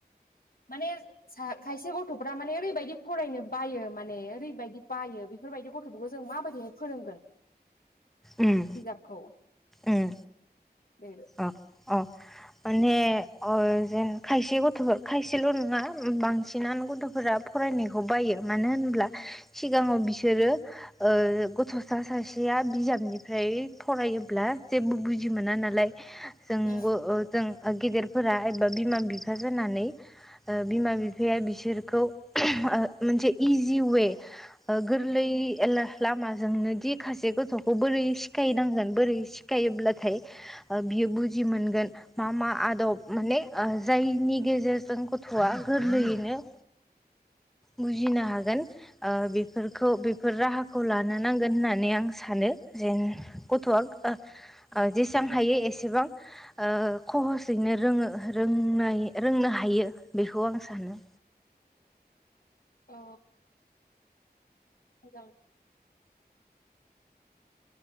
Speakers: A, on the left; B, in the centre.
A: माने खायसे गथ'फ्रा माने ओरैबायदि फरायनो बायो माने ओरैबायदि बायो बे बेफोरबायदि गथ'फोरखौ जों माबायदिहाय फोरोंगोन।
B: उम
A: बिजाबखौ
B: उम
A: देदो।
B: अ <inaudible> माने अर जेन खायसे गथ'फोर खायसेल' नङा बांसिनानो गथ'फोरा फर-। फरायनायखौ बायो मानो होनब्ला
A: उम
B: सिगाङाव बिसो--। बिसोरो ओ गथ'सा सासेया बिजाबनिफ्राय फरायोब्ला जेबो बुज--। बिदि मोना नालाय जोंबो
A: उम
B: ओ जों। ओ गेदेरफोरा एबा बिमा- बिफा जानानै। ओ बिमा - बिफाया बिसोरखौ मोनसे इजि वे। ओ गोरलै
A: उम
B: एला। लामाजोंनो दि खासे गथ'खौ बोरै सिखायनांगोन बोरै सिखायोब्लाथाय ओ बियो बुज--। जिमोनगोन मा - मा आदब
A: उम
B: माने ओ। जायनि गेजेरजों गथ'आ गोरलैयैनो। बुजिनो हागोन ओ बेफोरखौ बेफोर राहाख--। खौ लानो नांगोन होननानै आं सानो जेन गथ'आ ओ। ओ जेसां हायो एसेबां ओ खहसयैनो रोङो रों-नाय रोंनो हायो। बियो बेखौ आं सानो।
A: अ। मोजां।